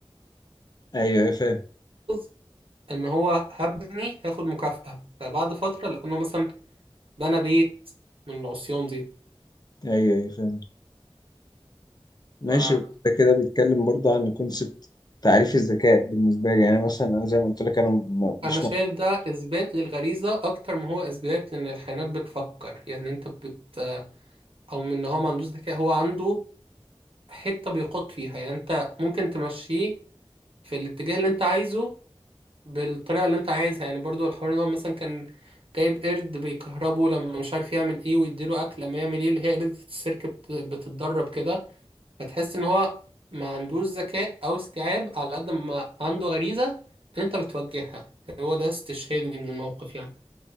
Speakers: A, on the left; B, on the right.
A: أيوه أيوه فاهم
B: رز ان هو هبني هاخد مكافأة فبعد فترة لقوا انه مثلا بنى بيت من العصيان دي
A: أيوه أيوه فاهم ماشي
B: فانا
A: ده كده بيتكلم برضه عن كونسبت تعريف الذكاء بالنسبة لي يعني مثلا أنا زي ما قلت لك أنا م- مش
B: شايف
A: م-
B: ده اثبات للغريزة اكتر ما هو اثبات لان الحيوانات بتفكر يعني انت بت او من ان هو ما عندوش ذكاء هو عنده حتة بيقود فيها يعني انت ممكن تمشيه في الاتجاه اللي انت عايزه بالطريقة اللي انت عايزها يعني برضو الحوار ده مثلا كان جايب قرد بيكهربه لما مش عارف يعمل ايه ويديله اكل لما يعمل ايه اللي هي قردة السيرك بت- بتتدرب كده فتحس ان هو ما عندوش ذكاء او استيعاب على قد ما عنده غريزة انت بتوجهها هو ده استشهادي من الموقف يعني